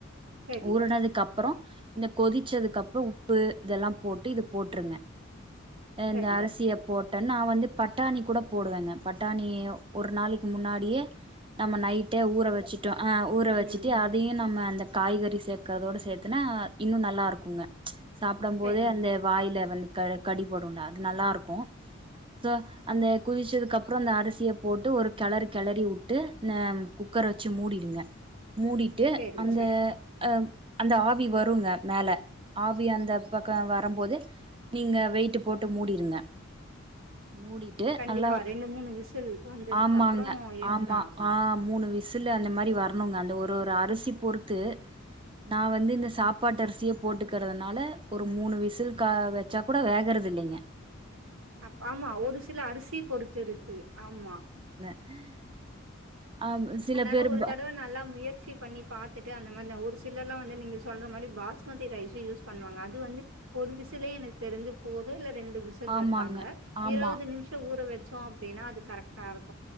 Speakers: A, on the right; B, on the right.
A: சரி
B: ஊர்னதுக்கு அப்பறம் இந்த கொதிச்சதுக்கு அப்பறம் உப்பு இதெல்லாம் போட்டு இது போட்ருங்க ஆ
A: சரி
B: இந்த அரிசிய
A: ஓகே
B: போட்டன் நான் வந்து பட்டாணி கூட போடுவேங்க பட்டாணி ஒரு நாளைக்கு முன்னாடியே நம்ம நைட்டே ஊற வச்சுட்டோம் ஆ ஊற வச்சுட்டு
A: ம்
B: அதையும் நம்ம அந்த காய்கறி சேர்க்கறதோட சேர்த்தனா இன்னும் நல்லா இருக்குங்க சாப்பிட
A: சரி
B: போதே
A: ஓகே
B: அந்த வாயில வந்து கடி போடுனுல அது நல்லா இருக்கும் சோ அந்த குதிச்சதுக்கு அப்புறம் அந்த அரிசிய போட்டு ஒரு கெளறு கெளறி விட்டு அ குக்கரை வச்சு மூடிடுங்க மூடிட்டு
A: சரி
B: அந்த
A: சரி
B: அ அந்த ஆவி வருங்க மேல ஆவி அந்த பக்கம் வரும்போது நீங்க வெயிட்டு போட்டு மூடிருங்க மூடிட்டு
A: கண்டிப்பா
B: நல்லா
A: ரெண்டு மூணு விசில் வந்ததுக்கு
B: ஆமாங்க
A: அப்றோ எடுத்தா
B: ஆமா மூணு விசில் அந்த மாரி வரணுங்க அந்த ஒரு தோ ஒரு அரிசி பொறுத்து நா வந்து இந்த சாப்பாட்டு அரிசியே போட்டுக்கறதுனால ஒரு மூணு விசில் கா வச்சா கூட வேகறது இல்லிங்க
A: அப் ஆமா ஒரு சில அரிசி பொறுத்து இருக்கு ஆமா
B: <unintelligible> ஆ சில
A: அதனால
B: பேரு
A: ஒரு தடவ நல்லா முயற்சி பண்ணி பாத்துட்டு அந்த அந்த மாரி ஒரு சிலர் எல்லா வந்து நீங்க சொல்ற மாரி பாஸ்மதி ரைஸ் யூஸ் பண்ணுவாங்க அது வந்து ஒரு விசில எனக்கு தெரிஞ்சு போது இல்ல ரெண்டு விசல்
B: ஆமாங்க
A: வப்பாங்க
B: ஆமா
A: இருபது நிமிஷம் ஊற வச் வச்சோ அப்டின்னா அது கரெக்ட்டா இருக்